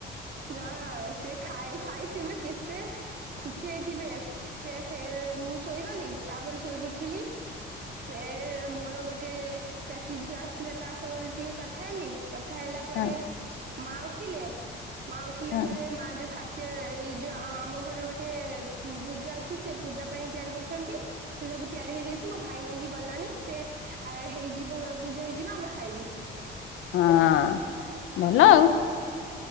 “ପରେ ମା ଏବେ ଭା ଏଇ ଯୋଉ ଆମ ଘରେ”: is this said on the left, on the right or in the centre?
Right